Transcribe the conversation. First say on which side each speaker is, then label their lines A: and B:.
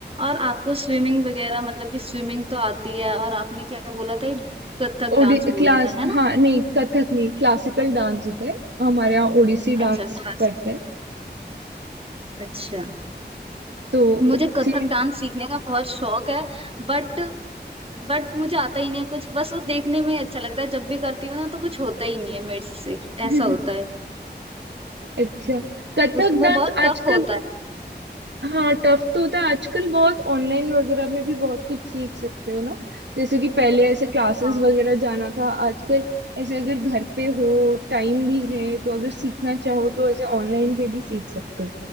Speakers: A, on the right (about 30°); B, on the right (about 80°).
A: और आपको स्विमिंग वगैरह मतलब कि स्विमिंग तो आती है और आपने क्या बोला था एक कथक
B: ओडी
A: डांस बोला
B: क्लास
A: था है ना
B: हाँ नहीं कथक नहीं क्लासिकल डांस होता है हमारे यहाँ ओडिसी डांस
A: अच्छा क्लासिक
B: करते हैं
A: अच्छा
B: तो
A: मुझे
B: ओडिसी
A: कथक डांस सीखने का बहुत शौक है बट बट मुझे आता ही नहीं है कुछ बस वो देखने में अच्छा लगता है जब भी करती हूँ ना तो कुछ होता ही नहीं है मेरे से
B: <laughs>
A: ऐसा होता है
B: अच्छा कथक
A: उस
B: डांस
A: वो बहुत टफ
B: आजकल
A: होता है
B: हाँ टफ तो होता है आजकल बहुत ऑनलाइन वगैरह में भी बहुत कुछ सीख सकते हो ना जैसे कि पहले ऐसे क्लासेस
A: हाँ
B: वगैरह जाना था आजकल ऐसे अगर घर पे हो टाइम भी है तो अगर सीखना चाहो तो ऐसे ऑनलाइन पे भी सीख सकते हो